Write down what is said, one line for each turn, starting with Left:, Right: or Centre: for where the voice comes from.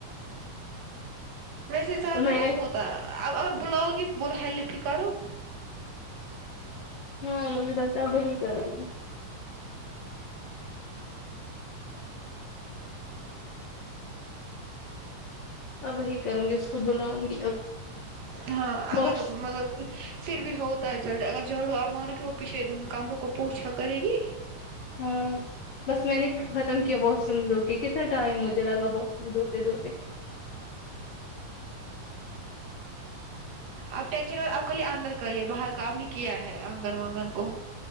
Right: وسے زیادہ
Left: میں
Right: مت
Left: نے
Right: ہوتا ا اب بلاؤ گی بول ہیلپ ہی کرو
Left: ہاں مجھے لگتا وہی کرے اب وہی کروں گی اس کو بلاؤں گی اب
Right: ہاں اگر
Left: بس
Right: مطلب پھر بھی ہوتا ہے جلدی اگر جھاڑو آپ مارو گے وہ پیچھے کمروں کو پوچھا کرے گی
Left: ہاں بس میں نے ختم کیا واش روم دھو کے کتنا ٹائم مجھے لگا واش روم دھوتے دھوتے
Right: آپ ٹینشن آپ کلے اندر کا ہی باہر کا آپ نے کیا ہے آنگن وانگن کو